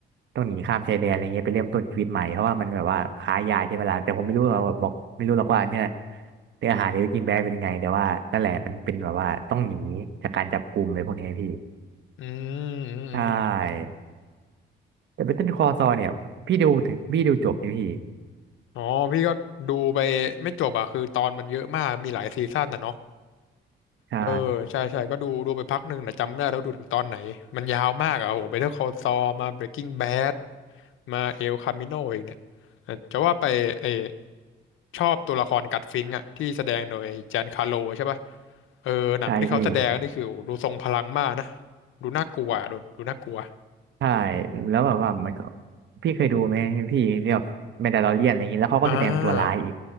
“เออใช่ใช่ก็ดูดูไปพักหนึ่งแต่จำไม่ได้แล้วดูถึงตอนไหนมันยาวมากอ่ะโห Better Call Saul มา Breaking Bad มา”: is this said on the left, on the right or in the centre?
Left